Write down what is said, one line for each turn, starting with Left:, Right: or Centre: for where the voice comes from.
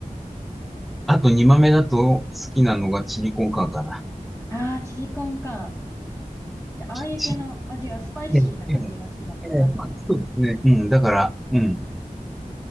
Centre: あと、煮豆だと好きなのがチリコンカンかな。
Left: ああ、チリコンか。じゃあ、ああいう系の味がスパイシーな感じが好きなんですかね。
Centre: チリ、ええ、ええ、ええまあ、そうですね。うん、だから、うん、